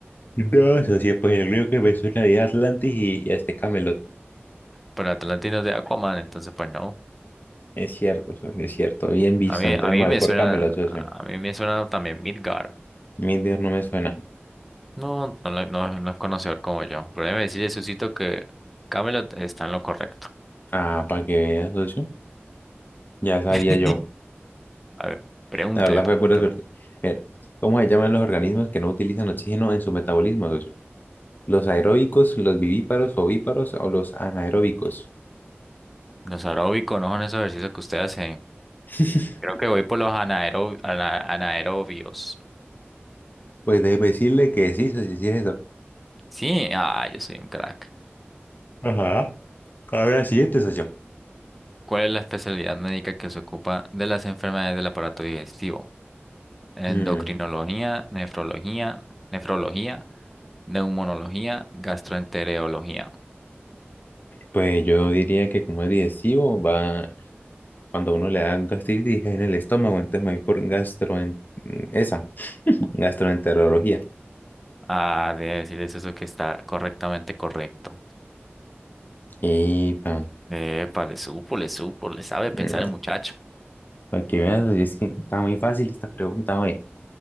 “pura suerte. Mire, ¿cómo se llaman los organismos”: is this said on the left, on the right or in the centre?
Left